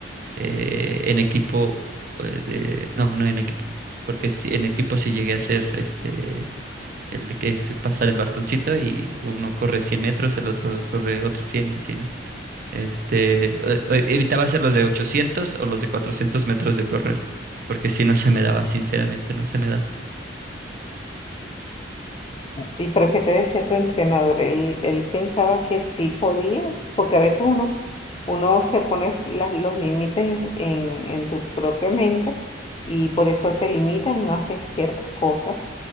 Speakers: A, on the right; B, on the left.
A: eh, en equipo eh, de, no, no en equipo, porque sí, en equipo sí llegué a hacer este, el de que es pasar el bastoncito y uno corre 100 metros, el otro corre otros 100 y así, ¿no? Este, eh, eh, evitaba hacer los de 800 o los de 400 metros de correr, porque si no se me daba, sinceramente no se me daba.
B: ¿Y pero qué te decía tu entrenador? Él, él pensaba que sí podías, porque a veces uno, uno se pone s- las- los límites en, en tu propia mente y por eso te limitas y no haces ciertas cosas.